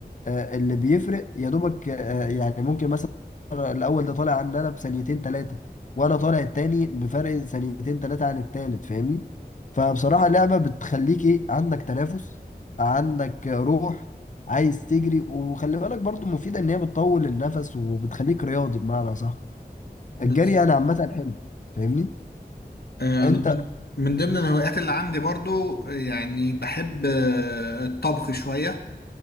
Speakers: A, on the left (about 50°); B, on the left (about 70°).
A: آه، اللي بيفرق يا دوبك آه، يعني ممكن مثلا الاول ده طالع عن انا بثانيتين ثلاثة وانا طالع التاني بفرق ثانيتين ثلاثة عن التالت فاهمني فبصراحة اللعبة بتخليك ايه عندك تنافس عندك روح عايز تجري وخلي بالك برضو مفيدة ان هي بتطول النفس وبتخليك رياضي بمعنى صح
B: بالظبط
A: الجري يعني عامة حلو فاهمني
B: آه،
A: انت
B: انا من من ضمن الهوايات اللي عندي برضو آه، يعني بحب آه، الطبخ شويه